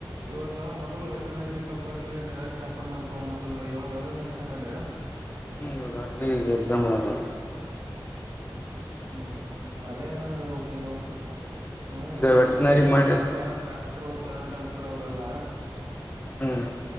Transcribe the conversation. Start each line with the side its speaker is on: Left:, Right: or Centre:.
Right: ಇವಾಗ ಮತ್ತ ಅಲ್ಲ ವೆಟೆನರಿ ಕಲ್ವ್ರರಿಗೆ ಡೈರೆಕ್ಟ್ ಅಪಾಯಂಟ್್ಮೆಟ್ ತಗೊಂಡ್ಿಡ್ಿದ್ರ ಇವಾಗ ಅವ್ರನ್ ಎಕ್ಸಾಮ್ ಮಾಡಿರಾ
Left: ಇಾಗ ಅಡ್ಗೆ ಎಕ್ಸಾಮ್ ಮಾಡದ
Right: ಹ್ಮ್ ಹ್ಮ್ ಅದೇನನ ಚೋಕಲೋ ಹ್ಮ್
Left: ಈಗ
Right: ನಮ್ಮ್
Left: ವೆಟನರಿ
Right: ಊರಲ್ಲಿ
Left: ಮಾಡಿ
Right: ಬರ್ತಾರಲ್ಲಾ ಡಾಕ್ಟ್ರು ದಧನ ಡಾಕ್ಟರು ಅವ್ರಲ್ಲ
Left: ಹ್ಮ್